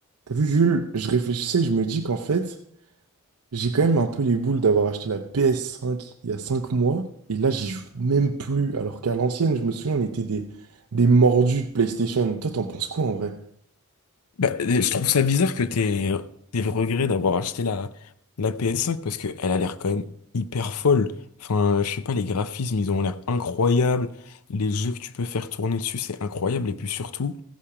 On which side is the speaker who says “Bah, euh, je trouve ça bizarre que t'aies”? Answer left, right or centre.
Left